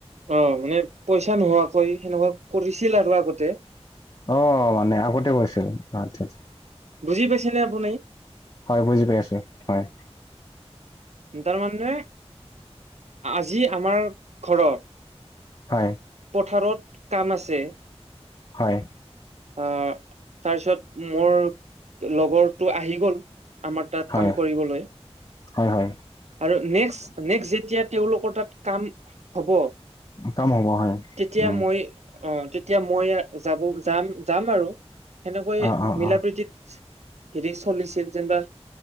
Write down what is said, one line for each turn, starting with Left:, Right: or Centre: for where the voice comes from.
Right: অ মানে পইচা নোহোৱাকৈ সেনেকুৱা কৰিছিল আৰু আগতে?
Left: অ মানে আগতে কৰিছিল আচ্ছা আচ্ছা।
Right: বুজি পাইছেনে আপুনি?
Left: হয় বুজি পাই আছো হয়।
Right: তাৰমানে আজি আমাৰ ঘৰত
Left: হয়।
Right: পথাৰত কাম আছে,
Left: হয়।
Right: আহ তাৰপিছত মোৰ লগৰটো আহি গ'ল, আমাৰ তাত
Left: হয়
Right: কাম কৰিবলৈ।
Left: হয় হয়
Right: আৰু নেক্সট নেক্সট যেতিয়া তেওঁলোকৰ তাত কাম হব
Left: কাম হ'ব হয়
Right: তেতিয়া
Left: উম
Right: মই অ তেতিয়া মই যাব যাম যাম আৰু। সেনেকৈ
Left: অ অ
Right: মিলাপ্ৰীতিত
Left: অ
Right: হেৰি চলিছিল যেনিবা